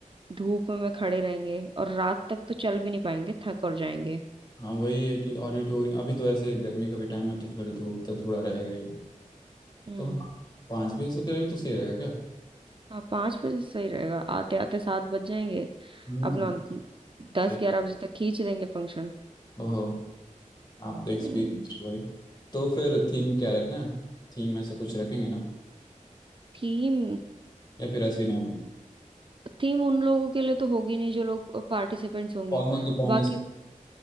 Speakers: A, on the right (about 40°); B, on the left (about 30°).
A: धूप में खड़े रहेंगे और रात तक तो चल भी नहीं पाएंगे थक और जाएंगे
B: <laughs> हाँ वही है कि ऑडिटोरियम अभी तो ऐसे गर्मी का भी टाइम है तो फिर धूप तो थोड़ा रहेगा ही
A: हम्म
B: तो हाँ, पाँच बजे से करें तो सही रहेगा क्या
A: हाँ पाँच बजे सही रहेगा आते आते सात बज जाएंगे
B: हम्म
A: अपना दस
B: ठीक
A: ग्यारह बजे तक खींच देंगे फंक्शन
B: ओहो आप तो एक्सपीरियंस
A: हम्म
B: हुआ ही। तो फिर थीम क्या रखना है थीम ऐसा कुछ रखेंगे ना
A: थीम
B: या फिर ऐसे ही ना
A: थीम उन लोगों के लिए तो होगी नहीं जो लोग पार्टिसिपेंट्स होंगे
B: फॉर्मल तो पहनने
A: बाकी